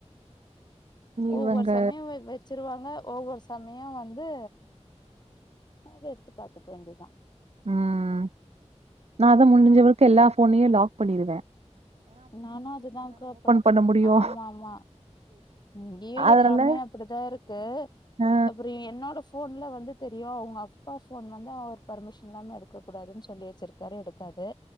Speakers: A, on the left; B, on the right.
A: ஒவ்வொரு
B: இவங்க
A: சமயோ வ வச்சிருவாங்க ஒவ்வொரு சமயோ வந்து அத எடுத்து பாத்துக்க வேண்டிதா
B: ம் நா அதா முடிஞ்சவரைக்கு எல்லா போனையு லாக் பண்ணிருவே
A: நானு அதுதாக்கா பண்
B: பண்ண முடியு
A: ஆமா ஆமா ம் இங்கேயு
B: அதனால
A: எல்லாமே அப்டிதா இருக்கு
B: ஆ
A: அப்றோ என்னோட ஸ் போன்ல வந்து தெரியு அவுங்க அப்பா போன் வந்து அவர் பர்மிஷன் இல்லாம எடுக்க கூடாதுன் சொல்லி வச்சிருக்காரு எடுக்காது